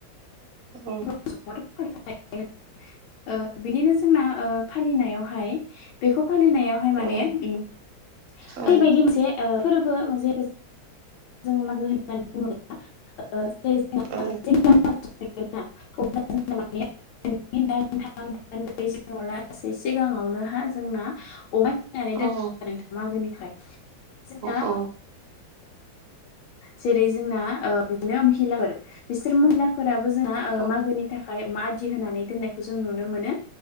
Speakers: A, on the right; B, on the left.
A: औ
B: <unintelligible> ' बिदिनो जोंना फालिनायावहाय बेखौ फालिनायावहाय माने
A: औ
B: ओरैबायदि
A: औ
B: मोनसे फोरबो मोन जों मागो होननानै बुङोब्ला <unintelligible>
A: औ
B: <unintelligible> <unintelligible> लासै सिगाङावनो हा जोंना अन दोनखायो
A: औ
B: आरो नोंथां मागोनिखाय जोंना
A: औ
B: जेरै जोंना बिदिनो महिलाफोर बिसोर महिलाफोराबो जोंहा
A: औ
B: मागोनि थाखाय मा आदि होनानै दोननायखौ जों नुनो मोनो